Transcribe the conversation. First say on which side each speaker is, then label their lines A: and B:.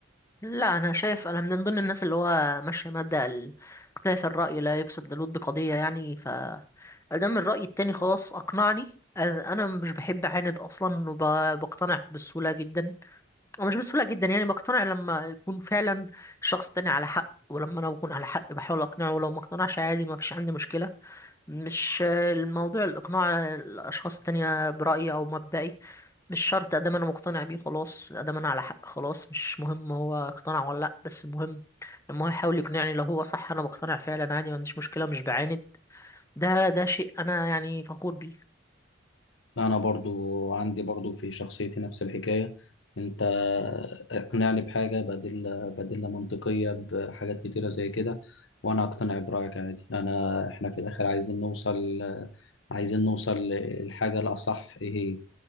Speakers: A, on the left; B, on the left.
A: لا أنا شايف أنا من ضمن الناس اللي هو ماشية مبدأ ال- اختلاف الرأي لا يفسد للود قضية يعني ف أدام الرأي التاني خلاص أقنعني أنا أنا مش بحب أعاند أصلا وبقتنع بسهولة جدا أو مش بسهولة جدا يعني بقتنع لما يكون فعلا الشخص التاني على حق ولما أنا بكون على حق بحاول أقنعه ولو ما اقتنعش عادي ما فيش عندي مشكلة مش الموضوع الإقناع الأشخاص التانية برأيي أو مبدئي مش شرط ادام انا مقتنع بيه خلاص ادام انا على حق خلاص مش مهم هو اقتنع ولا لا بس المهم لما هو يحاول يقنعني لو هو صح انا بقتنع فعلا عادي ما عنديش مشكله مش بعاند ده ده شيء انا يعني فخور بيه
B: انا برضو عندي برضو في شخصيتي نفس الحكاية انت اقنعني بحاجة بديل بديلة منطقية بحاجات كتيرة زي كده وانا اقتنع برأيك عادي انا احنا في الاخر عايزين نوصل عايزين نوصل للحاجة الاصح ايه هي